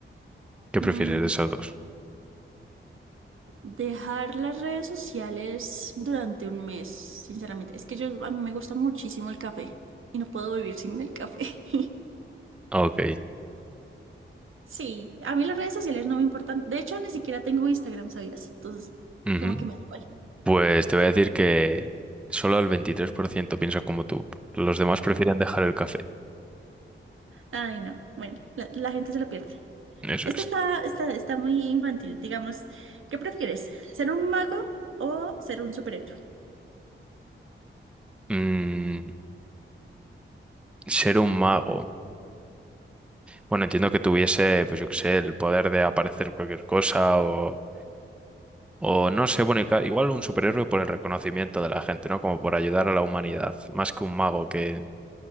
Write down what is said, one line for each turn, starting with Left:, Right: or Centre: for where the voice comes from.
Centre: ¿Qué
Right: Mm,
Centre: prefieres de esos dos?
Right: dejar las redes sociales durante un mes, sinceramente. Es que yo, a mí me gusta muchísimo el café y no puedo vivir sin el café. <laughs>
Centre: Ok.
Right: Sí, a mí las redes sociales no me importan. De hecho, ni siquiera tengo Instagram, ¿sabías? Entonces,
Centre: Ujú.
Right: como que me da igual.
Centre: Pues te voy a decir que solo el 23% piensa como tú. Los demás prefieren dejar el café.
Right: Ay, no. Bueno, la, la gente se lo pierde.
Centre: Eso
Right: Esta
Centre: es.
Right: está, está, está muy infantil. Digamos, ¿qué prefieres? ¿Ser un mago o ser un superhéroe?
Centre: Mm, ser un mago. Bueno, entiendo que tuviese, pues yo qué sé, el poder de aparecer cualquier cosa o, o no sé, bueno, y ca- igual un superhéroe por el reconocimiento de la gente, ¿no? Como por ayudar a la humanidad, más que un mago que